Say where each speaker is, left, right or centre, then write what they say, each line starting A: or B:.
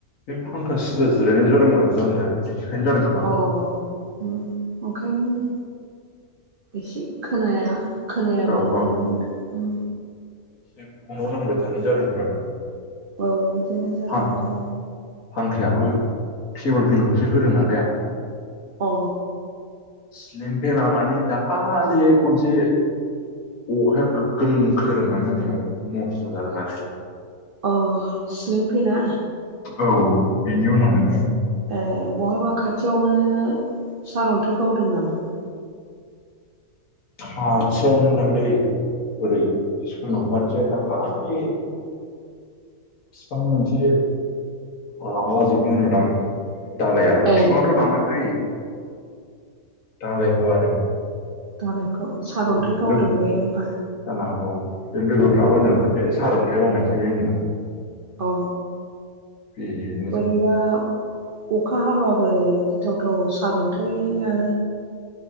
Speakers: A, on the left; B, on the right.
A: बे फांखा सिदा जिरायनाय जादोंमोन आं जानाया। बिनिखायनो जादों खोमा।
B: औ औ उम ओंखायनो एसे खोनाया खोनाया
A: औ
B: मोननाय
A: औ
B: मोनदों उम।
A: बे फनाव नांबाय थानाय जादों खोमा।
B: औ बिदिनो जादोंदां।
A: फां फांखायाबो टेबोल फेनखौसो होदों नालाय आं।
B: अ औ
A: सिलिं फेना माने दाखलियै खनसे अखाया गोगोम खोरोमनानै होनायाव नस्थ' जादों आरो।
B: अ सिलिं पेना?
A: औ बेनि उनावनो
B: ए बहाबा खाथियावनो सारन्थाइ गावदों नामा?
A: खाथियावनोदांलै ओरै सोनाबहाथिनिया दाखालि फिफां मोनसे गादला जोबनाय नुदां। दालाय आरो
B: ए
A: बिफाङावथ' रानाखै दालायखौ आरो।
B: दालायखौ सारन्थाइ
A: औ
B: गावदों
A: लोग <inaudible>
B: बे होमबा
A: जानो हागौ बे लोगोफ्राबो होनदों
B: औ
A: ए सार' थाइ गावनायसो बे होनदों
B: औ
A: बे
B: बोरैबा अखा हाबाबो गिथावथाव सारन्थाइया